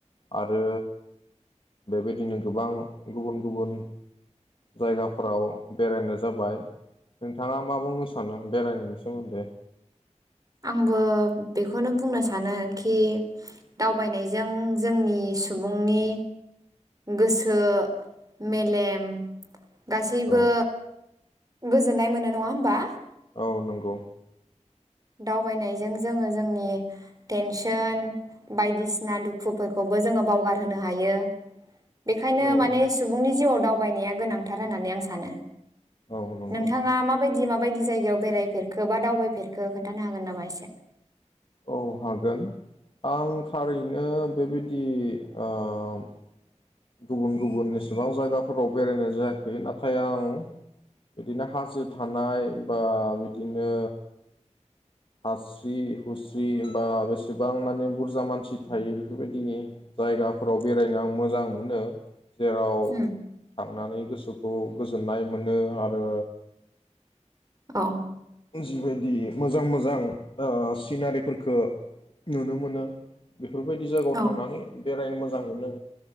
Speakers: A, on the left; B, on the right.
A: आरो बेबायदिनो गोबां गुबुन गुबुन जायगाफोराव बेरायनाय जाबाय नोंथाङा मा बुंनो सानो बेरायनायनि सोमोन्दै।
B: आंबो बेखौनो बुंनो सानो खि दावबायनायजों जोंनि सुबुंनि गोसो मेलेम। गासैबो
A: औ
B: गोजोन्नाय मोनो नङा होमबा।
A: औ नंगौ
B: दावबायनायजों जोङो जोंनि टेनसन बायदिसिना दुखुफोरखौबो जोङो बावगार होनो हायो। बेखायनो
A: औ
B: माने सुबुंनि जिउ आव दाव । बायनाया गोनांथार होननानै आं सानो।
A: औ औ नंगौ
B: नोंथाङा माबायदि माब । माबायदि जायगायाव बेरायफेरखो बा दावबायफेर । खो खोन्थानो हागोन नामा एसे।
A: औ हागोन आं थारैनो बेबादि ओम। गुबुन गुबुन एसेबां जायगाफोराव बेरायनाय जायाखै नाथाय आं बिदिनो हाजो थानाय बा बिदिनो। हास्रि हुस्रि बा बेसेबां माने बुरजा मानसि थायो बेफोरबायदि जायगाफोराव बेरायनो आं मोजां मोनो। जेराव
B: उम
A: थांनानै गोसो । खौ गोजोन्नाय मोनो आरो
B: अ
A: जिबायदि मोजां मोजां सिनारिफोरखो नुनो मोनो। बेफोरबायदि जागायाव
B: औ
A: थांनानै बेरायनो मोज । जां मोनो